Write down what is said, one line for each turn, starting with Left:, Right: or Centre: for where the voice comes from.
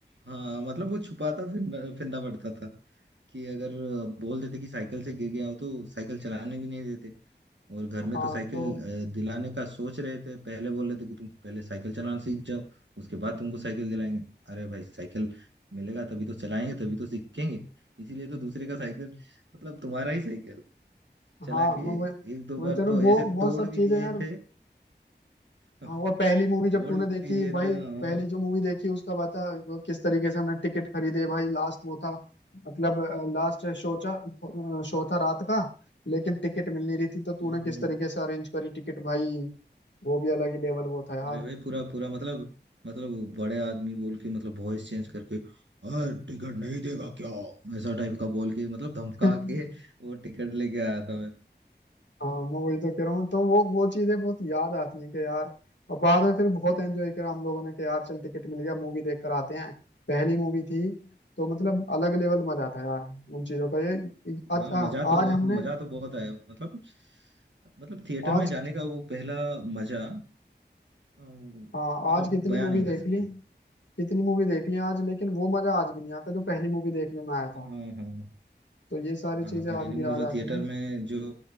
Right: हाँ मतलब वो छुपाता फिर फिरना पड़ता था कि अगर बोल देते कि साइकिल से गिर गया हो तो साइकिल चलाने भी नहीं देते और घर में
Left: हाँ
Right: तो साइकिल
Left: तो
Right: अ, दिलाने का सोच रहे थे पहले बोल रहे थे कि तुम पहले साइकिल चलाना सीख जाओ उसके बाद तुमको साइकिल दिलाएंगे अरे भाई साइकिल मिलेगा तभी तो चलाएंगे तभी तो सीखेंगे इसीलिए तो दूसरे का साइकिल मतलब तुम्हारा ही साइकिल चला
Left: हाँ मैं
Right: के
Left: वही
Right: एक दो
Left: वही
Right: बार
Left: तो
Right: तो
Left: वो
Right: ऐसे
Left: वो
Right: तोड़
Left: सब
Right: भी
Left: चीजें
Right: दिए
Left: यार
Right: थे <laughs>
Left: हाँ और पहली मूवी जब
Right: तोड़
Left: तूने
Right: भी
Left: देखी
Right: दिए
Left: भाई
Right: थे और
Left: पहली जो मूवी देखी उसका बता वो किस तरीके से हमने टिकट खरीदे भाई लास्ट वो था मतलब लास्ट शो था शो था रात का लेकिन टिकट मिल नहीं रही थी तो तूने
Right: हम्म
Left: किस तरीके से अरेंज करी टिकट भाई वो भी अलग ही लेवल वो था यार
Right: अरे भाई पूरा पूरा मतलब मतलब बड़े आदमी बोल के मतलब वॉइस चेंज करके और टिकट नहीं देगा क्या ऐसा टाइप का बोल के मतलब धमका
Left: <laughs>
Right: के वो टिकट लेके आया था
Left: हाँ मैं वही तो कह रहा हूँ तो वो वो चीजें बहुत याद आती हैं कि यार अब बाद में फिर बहुत एंजॉय करा हम लोगों ने कि यार चल टिकट मिल गया मूवी देख कर आते हैं पहली मूवी थी तो मतलब अलग लेवल मजा था यार उन चीजों का ये आज
Right: हाँ
Left: हाँ,
Right: मजा
Left: आज
Right: तो बहुत
Left: हमने
Right: मजा तो बहुत आया मतलब मतलब थिएटर
Left: आज
Right: में जाने का वो पहला मजा अ,
Left: हाँ
Right: मतलब
Left: आज कितनी
Right: बयां
Left: मूवी
Right: नहीं
Left: देख
Right: कर सकते
Left: ली कितनी मूवी देख ली आज लेकिन वो मजा आज भी नहीं आता जो पहली मूवी देखने में आया था
Right: हाँ हाँ
Left: तो ये सारी
Right: हाँ
Left: चीजें
Right: पहली
Left: आज भी
Right: मूवी
Left: याद
Right: जो
Left: आती
Right: थिएटर
Left: हैं
Right: में जो